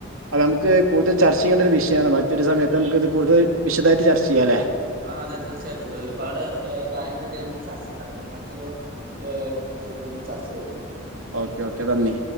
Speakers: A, on the right; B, on the right.
A: അപ്പൊ നമുക്ക് കൂടുതൽ ചർച്ച ചെയ്യേണ്ട ഒരു വിഷയാണ്. മറ്റൊരു സയത്ത് നമുക്ക് ഇത് കൂടുതൽ വിശദായിട്ട് ചർച്ച ചെയ്യാലെ.
B: ആഹ് അതെ തീർച്ചയായിട്ടും, ഇത് ഒരുപാട് എഹ് കാര്യങ്ങൾ ഇതില് നമുക്ക് ചർച്ചെയ്യണ്ടത്. നമക്ക് മറ്റൊരു ഏഹ് തെ യ്യില് ചർച്ചെയ്യാം.
A: ഓക്കെ ഓക്കെ നന്ദി.